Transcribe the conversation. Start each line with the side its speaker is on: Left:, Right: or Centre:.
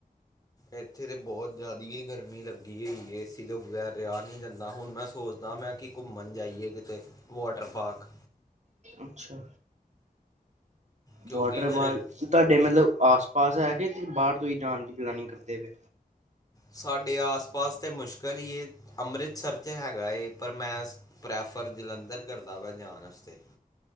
Left: ਇੱਥੇ ਤਾਂ ਬਹੁਤ ਜ਼ਿਆਦਾ ਗਰਮੀ ਲੱਗੀ ਹੋਈ ਏ ਸੀ ਤੋਂ ਬਗੈਰ ਰਿਹਾ ਨਹੀਂ ਜਾਂਦਾ ਹੁਣ ਮੈਂ ਸੋਚਦਾ ਮੈਂ ਕਿ ਘੁੰਮਣ ਜਾਈਏ ਕਿਤੇ ਵਾਟਰ ਪਾਰਕ।
Right: ਅੱਛਾ!
Left: ਕਿਉਂਕਿ
Right: ਵਾਟਰ
Left: ਫਿਰ
Right: ਪਾਰਕ' ਤੁਹਾਡੇ ਮਤਲਬ ਆਸ ਪਾਸ ਹੈਗੇ ਤੇ ਬਾਹਰ ਤੋਂ ਹੀ ਜਾਣ ਦੀ ਪਲੈਨਿੰਗ ਕਰਦੇ ਪਏ।
Left: ਸਾਡੇ ਆਸ ਪਾਸ ਤਾਂ ਮੁਸ਼ਕਿਲ ਈ ਏ! ਅੰਮ੍ਰਿਤਸਰ 'ਚ ਹੈਗਾ ਏ ਪਰ ਮੈਂ ਪ੍ਰੈਫਰ ਜਲੰਧਰ ਕਰਦਾ ਵਾ ਜਾਣ ਵਾਸਤੇ।